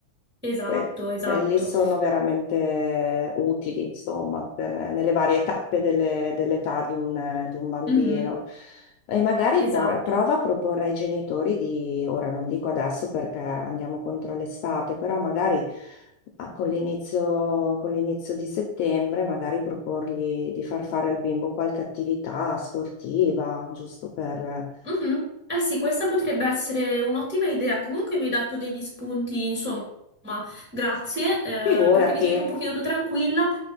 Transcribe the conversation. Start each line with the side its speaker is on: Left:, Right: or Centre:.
Centre: esatto,
Left: Que-
Centre: esatto.
Left: quelli sono veramente utili, insomma, per- nelle varie tappe delle- dell'età di un, di un bambino.
Centre: Mhm,
Left: E magari
Centre: esatto.
Left: por- prova a proporre ai genitori di, ora non dico adesso perché andiamo contro l'estate, però magari ah, con l'inizio con l'inizio di settembre, magari proporgli di far fare al bimbo qualche attività sportiva, giusto per...
Centre: Mhm. Eh sì, questa potrebbe essere un'ottima idea. Comunque mi hai dato degli spunti, insomma, grazie, eh,
Left: Figurati,
Centre: perché mi sento un pochino più tranquilla.